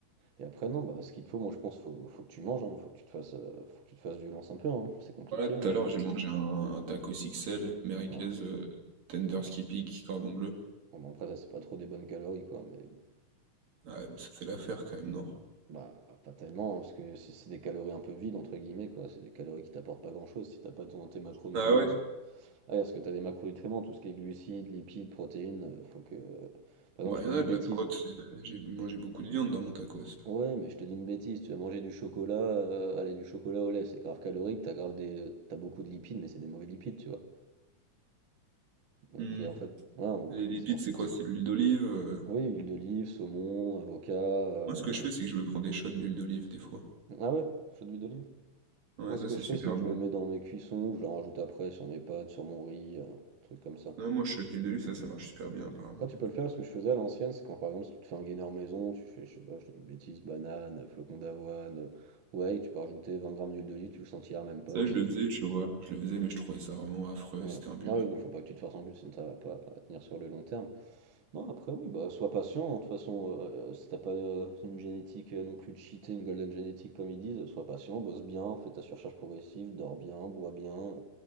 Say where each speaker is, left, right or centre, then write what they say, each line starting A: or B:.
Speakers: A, on the right; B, on the right.
A: Et après, non, bah, ce qu'il te faut, moi je pense, faut, faut que tu manges, hein, faut que tu te fasses, euh, faut que tu te fasses violence un peu, hein. C'est compliqué,
B: Voilà, tout
A: mais
B: à l'heure, j'ai mangé un, un taco XL, merguez,
A: voilà.
B: euh, tender
A: Bon,
B: skippy, cordon bleu.
A: bah, après, ça, c'est pas trop des bonnes calories, quoi, mais bon,
B: Ah, ouais, mais ça fait l'affaire quand même, non?
A: bah, pas tellement, hein, parce que c'est c'est des calories un peu vides, entre guillemets, quoi. C'est des calories qui t'apportent pas grand-chose si t'as pas ton, tes macronutriments.
B: Ah ouais?
A: Ah, parce que t'as des macronutriments, tout ce qui est glucides, lipides, protéines, euh, faut que. Par
B: Bah,
A: exemple, je
B: il
A: te
B: y en
A: dis une
B: a de
A: bêtise.
B: la prot. c'est- euh, J'ai mangé beaucoup de viande dans mon tacos.
A: Ouais, mais je te dis une bêtise, tu vas manger du chocolat, euh, allez, du chocolat au lait, c'est grave calorique, t'as grave des, t'as beaucoup de lipides, mais c'est des mauvais lipides, tu vois. Donc
B: Hmm.
A: euh, en fait, ouais, on
B: Les
A: va-
B: lipides,
A: c'est pour ça.
B: c'est quoi? C'est l'huile d'olive. euh.
A: Oui, huile d'olive, saumon, avocat. euh,
B: Moi, ce que je fais, c'est que je me prends des shots d'huile d'olive des fois.
A: Ah ouais, chaud d'huile d'olive.
B: Ouais,
A: Moi,
B: ça,
A: ce que
B: c'est
A: je
B: super
A: fais, c'est que
B: bon.
A: je le mets dans mes cuissons ou je le rajoute après sur mes pâtes, sur mon riz, euh, truc comme ça.
B: Ouais, moi, shot d'huile d'olive, ça, ça marche super bien, apparemment.
A: Après, tu peux le faire. Ce que je faisais à l'ancienne, c'est quand par exemple, si tu te fais un gainer maison, tu fais, je sais pas, je dis une bêtise, banane, flocon d'avoine, euh, ouais, tu peux rajouter 20 grammes d'huile d'olive, tu le sentiras même pas
B: Ça,
A: et ça.
B: je le
A: te-
B: faisais, tu vois. Je le faisais, mais je trouvais ça vraiment affreux.
A: Ouais.
B: C'était imbuvable.
A: Ah oui, non, faut pas que tu te forces en plus, sinon ça va pas tenir sur le long terme. Non, après, oui, bah, sois patient. hein, De toute façon, euh, euh, si t'as pas euh, une génétique euh, non plus cheatée, une golden génétique comme ils disent, sois patient, bosse bien, fais ta surcharge progressive, dors bien, bois bien,